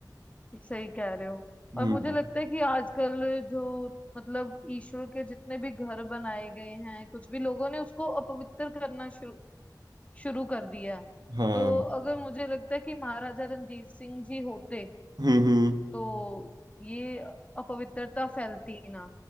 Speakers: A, on the left; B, on the right.
A: सही कह रहे हो
B: हम्म
A: और मुझे लगता है कि आजकल जो मतलब ईश्वर के जितने भी घर बनाए गए हैं कुछ भी लोगों ने उसको अपवित्र करना शुरू शुरू कर दिया है
B: हाँ
A: तो अगर मुझे लगता है कि महाराजा रणजीत सिंह जी होते
B: हम्म हम्म
A: तो ये अपवित्रता फैलती ना